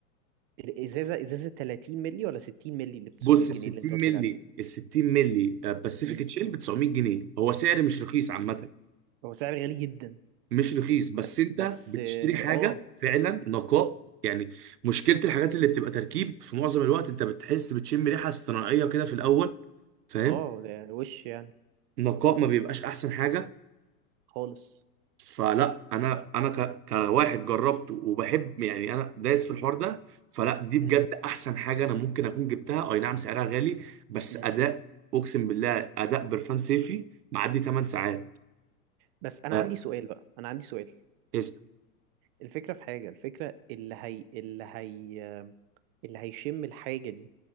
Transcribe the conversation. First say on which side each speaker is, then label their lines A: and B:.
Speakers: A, on the right (about 35°); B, on the right (about 85°).
A: الازازه ازازه 30 مللي ولا 60 مللي اللي ب 900
B: بص
A: جنيه
B: ال 60
A: اللي انت قلت
B: مللي
A: لي عليها
B: ال 60 مللي باسيفيك
A: امم
B: تشيل ب 900 جنيه هو سعر مش رخيص عامه
A: هو سعر غالي جدا
B: مش رخيص بس
A: بس
B: انت
A: بس
B: بتشتري حاجه
A: اه
B: فعلا نقاء يعني مشكله الحاجات اللي بتبقى تركيب في معظم الوقت انت بتحس بتشم ريحه اصطناعيه كده في الاول فاهم
A: اه ده وش يعني
B: نقاء ما بيبقاش احسن حاجه
A: خالص
B: فلا انا انا ك... كواحد جربته وبحب يعني انا دايس في الحوار ده فلا دي بجد
A: امم
B: احسن حاجه انا ممكن اكون جبتها اي نعم سعرها غالي بس
A: امم
B: اداء اقسم بالله اداء برفان صيفي معدي 8 ساعات
A: بس انا
B: ف-
A: عندي سؤال بقى انا عندي سؤال
B: اسأل.
A: الفكرة في حاجة الفكرة اللي هي اللي هي اللي هيشم الحاجة دي